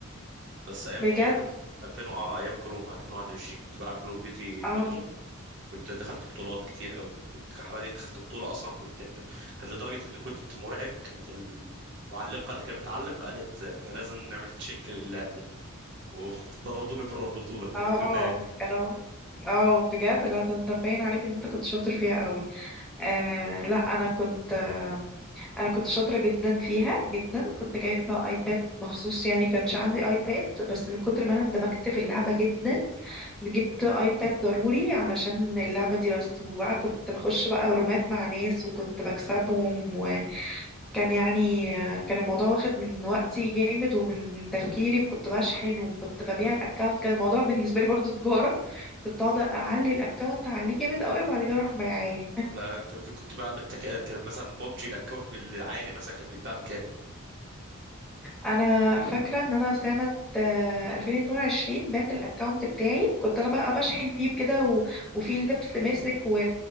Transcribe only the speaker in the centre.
بجد
اه
اه
كانوا اه بجد لا ده انت باين عليك ان انت كنت شاطر فيها قوي آه لا انا كنت آه انا كنت شاطره جدا فيها جدا كنت جايبه ايباد مخصوص يعني كانش عندي ايباد بس من كتر ما انا اندمجت في اللعبه جدا جبت ايباد ضروري علشان اللعبه دي بس وبقى كنت بخش بقى رومات مع ناس وكنت بكسبهم كان يعني آه، كان الموضوع واخد من وقتي جامد ومن تفكيري كنت بشحن وكنت ببيع الاكونت كان الموضوع <laughs> بالنسبه لي برضو تجاره كنت اقعد اعلي الاكونت اعليه جامد قوي وبعد كده اروح مبيعاه
انا فاكره ان انا سنه آه، 2022 بعت الاكونت بتاعي كنت انا بقى بشحن فيه كده و... وفيه لبس ماسك و...